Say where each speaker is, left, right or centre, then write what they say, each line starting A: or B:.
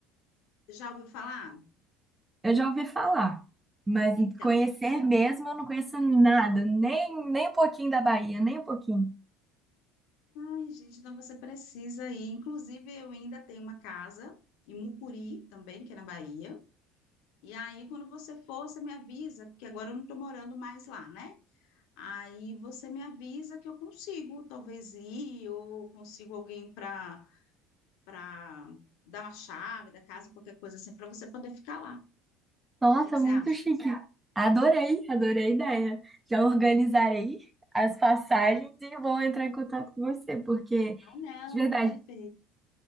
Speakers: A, on the left; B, on the right.
A: já ouviu falar?
B: Eu já ouvi falar, mas
A: Então,
B: conhecer mesmo eu não conheço nada, nem, nem um pouquinho da Bahia, nem um pouquinho.
A: Ai, gente, então você precisa ir. Inclusive, eu ainda tenho uma casa em Mucuri também, que é na Bahia. E aí, quando você for, você me avisa, porque agora eu não estou morando mais lá, né? Aí você me avisa que eu consigo, talvez ir, ou consigo alguém para para dar uma chave da casa, qualquer coisa assim, para você poder ficar lá. O
B: Nossa,
A: que que
B: muito
A: você acha?
B: chique. Adorei, adorei a ideia. Já organizarei as passagens e vou entrar em contato com você, porque,
A: Ah, não,
B: de verdade,
A: perfeito.
B: eu